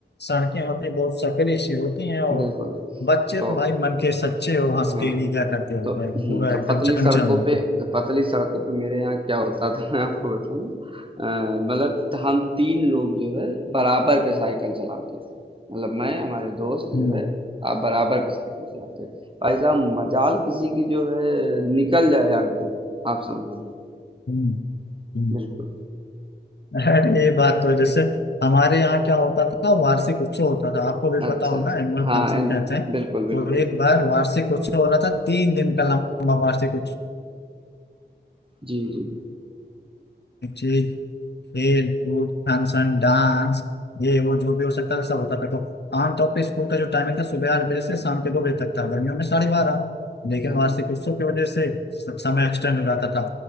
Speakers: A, on the left; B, on the right.
A: सड़कें होती हैं बहुत सकरी सी होती हैं और
B: बिल्कुल
A: बच्चे
B: तो
A: तो भाई मन के सच्चे और हंस
B: हाँ
A: के लिया करते होते
B: तो
A: हैं
B: हम्म
A: पूरा
B: तो
A: एकदम
B: पतली
A: चंचल
B: सड़कों
A: मन
B: पे
A: के
B: पतली सड़कों पे मेरे यहाँ क्या होता था <laughs> मैं आपको बताऊं अ, मतलब हम तीन लोग जो है बराबर पे साइकिल चलाते थे मतलब मैं हमारे दोस्त
A: हम्म
B: जो है आप बराबर पे साइकिल चलाते थे भाई साहब मजाल किसी की जो है निकल जाए आगे आप समझ लो
A: हम्म हम्म।
B: बिल्कुल
A: अरे ये बात तो है। जैसे हमारे यहाँ क्या होता था वार्षिक उत्सव होता था आपको भी
B: अच्छा,
A: पता होगा
B: अच्छा।
A: एनुअल
B: हाँ,
A: फंक्शन
B: एन
A: कहते हैं तो
B: बिल्कुल, बिल्कुल।
A: एक बार वार्षिक उत्सव हो रहा था तीन दिन का लंबा वार्षिक
B: जी, जी।
A: उत्सव खेल कूद फंक्शन डांस ये वो जो भी हो सकता था सब होता था तो आमतौर पर स्कूल का जो टाइमिंग था सुबह आठ बजे से शाम के दो बजे तक था गर्मियों में साढ़े बारह लेकिन
B: हाँ,
A: वार्षिक उत्सव की वजह से स- समय एक्सटेंड हो जाता था